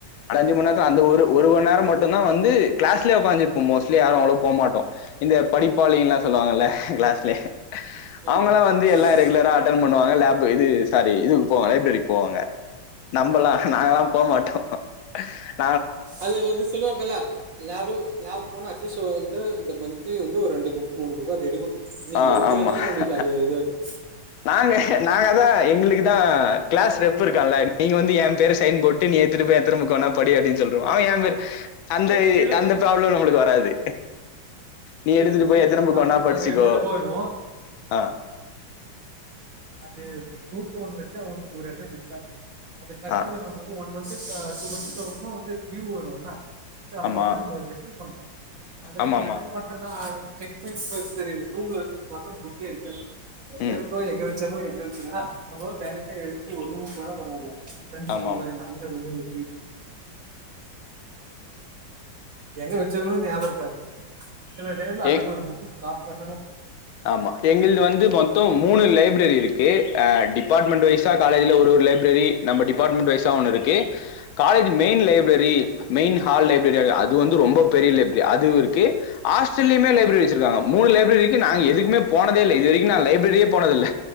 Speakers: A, on the left; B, on the right.
A: ஆனா அஞ்சு மணி நேரம் அந்த
B: ஓகே
A: ஒரு ஒரு மணி நேரம் மட்டும் இதுனா வந்து கிளாஸ் கீழ உட்கந்துப்போம் மோஸ்லி யாரும் அவ்ளோ போமாட்டம் இந்த படிப்பாளிங்கல்லாம் சொல்லுவாங்கல்ல கிளாஸ்லே
B: ஆமா
A: அவங்களாம் வந்து
B: ஆமா
A: எல்லாம் ரெகுலரா அட்டன் பண்ணுவாங்க லேப் இது சாரி இதுக்கு போவாங்க லைப்ரரிக்கு போவாங்க நம்பலா நாங்கலா போமாட்டோ <unintelligible>
B: அது வந்து சொல்லுவாங்கல லேபு லேபு போனா அட்லீஸ்ட் ஒ து இந்த மந்த்லி வந்து ஒரு ரெண்டு புக் மூணு புக்காது எடுக்கணு நீங்க
A: ஆ
B: எடுக்கலன்னா
A: ஆமா.
B: உங்களுக்கு அது எதட்டு
A: நாங்க நாங்க தா எங்களுக்கு தா கிளாஸ் ரெப்புருக்கால நீங்க வந்து யபேர சைன் போட்டு நீ ஏத்துட்டு வே எத்தர முக்கனா படி அப்டின் சொல் ருவ எபேரு
B: அது
A: அந்த
B: சில
A: அந்த ப்ராப்ளம் நம்முளுக்கு வராது நீ
B: சில்
A: எடுத்துட்டு
B: சில
A: போய் எத்தனை
B: பேர்ன்னாகு
A: புக்கு வேணா படிச்சுக்கோ
B: நாங்க எடுத்துட்டு போய்டுவோம் <inaudible>
A: ஆ
B: அது ரூம்பு ஒண்ணு வச்சா ஒன்னு ஒரு எடத் டிஸ்ஸாகு அது கட்டுல
A: ஆ
B: நம்ம வந்து ஒன் மந்த்து <inaudible> வந்து டூயூ வருல ச அப்ப
A: ஆமா
B: வந்து நம்ம ரிட்டன் பண்ணு அந்த
A: ஆமா
B: டைம்
A: ஆமா
B: ரிட்டன் ஆவந் செக் பண்ணி தெரியுது ரூம்ல வந்து பாத்த புக்கே இருக்கது எங்கரு
A: ம்
B: கோய எங்கவச்சமோ <inaudible> டைரக்டா ஒர் ரூம் போன பராவல ப்ரெண்ட்ஸ்
A: ஆமா
B: ரூம்
A: ஆமா
B: அங்க ரொமு <inaudible> எங்க வச்சோமுனு ஞாபகருக்காது சில டேர்ல அதுக்கு
A: ஏ
B: ஒரு புக் காப்பட்டணு
A: ஆமா எங்குலுது வந்து மொத்த மூணு லைப்ரரி கு அ டிபார்ட்மெண்ட் வைஸ் ச்சா காலயில ஒரு ஒரு லைப்ரரி நம்ம டி டிபார்ட்மென்ட் வைசா ஒன்னுருக்கு college main library main hall library அது வந்து ரொம்ப பெரிய லைப்ரரி அதுவுருக்கு ஆஸ்டலுமே லைப்ரரி வச்சிருக்காங்க மூணு லைப்ரரி எதுக்குமே போனதே இல்ல இது வரைக்கு நா லைப்ரரியே போனதுல்ல